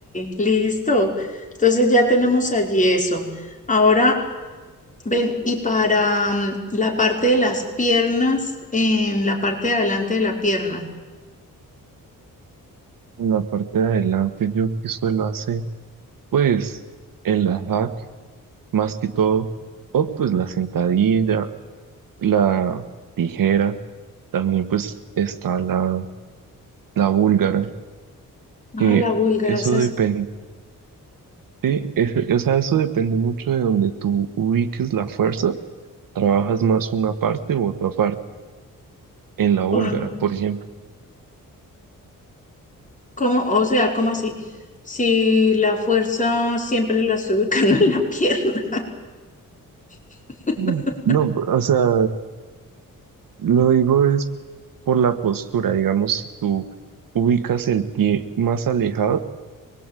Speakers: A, on the left; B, on the right.
A: listo. Entonces ya tenemos allí eso. Ahora, ven, y para mm, la parte de las piernas, en la parte de adelante de la pierna.
B: En la parte de adelante yo que suelo hacer, pues el hack más que todo, o pues la sentadilla, la tijera, también pues está la, la búlgara,
A: Ah,
B: que
A: la búlgara,
B: eso
A: esa
B: depende,
A: es,
B: sí, es- o sea, eso depende mucho de donde tú ubiques la fuerza, trabajas más una parte u otra parte, en la búlgara,
A: ah,
B: por ejemplo.
A: ¿cómo? O sea, ¿cómo así? Si la fuerza siempre la estoy <laughs> ubicando en la pierna. <laughs>
B: Mm. No, o sea, Lo digo es por la postura, digamos, si tú ubicas el pie más alejado,